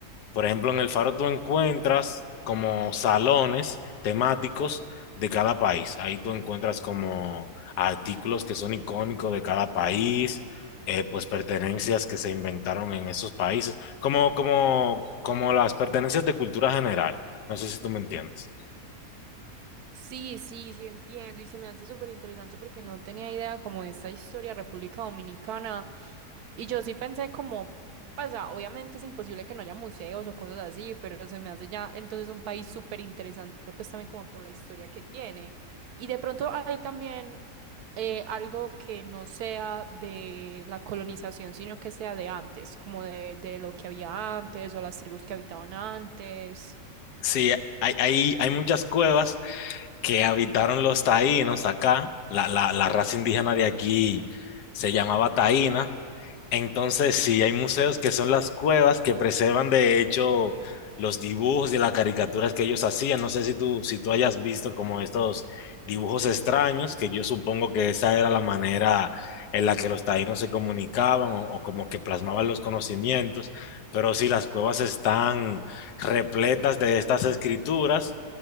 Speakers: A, on the left; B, on the right.
A: Por ejemplo, en el Faro tú encuentras como salones temáticos de cada país. Ahí tú encuentras como artículos que son icónicos de cada país, eh, pues pertenencias que se inventaron en esos países, como, como, como las pertenencias de cultura general. No sé si tú me entiendes.
B: Sí, sí, sí entiendo y se me hace súper interesante porque no tenía idea como de esta historia de República Dominicana y yo sí pensé como, pasa, obviamente es imposible que no haya museos o cosas así, pero se me hace ya entonces un país súper interesante pues también como por la historia que tiene y de pronto hay también eh, algo que no sea de la colonización sino que sea de antes, como de, de lo que había antes o las tribus que habitaban antes,
A: Sí, hay, hay, hay muchas cuevas que habitaron los taínos acá. La, la, la raza indígena de aquí se llamaba taína Entonces, sí, hay museos que son las cuevas que preservan de hecho los dibujos y las caricaturas que ellos hacían. No sé si tú, si tú hayas visto como estos dibujos extraños, que yo supongo que esa era la manera en la que los taínos se comunicaban o, o como que plasmaban los conocimientos. Pero sí, las cuevas están repletas de estas escrituras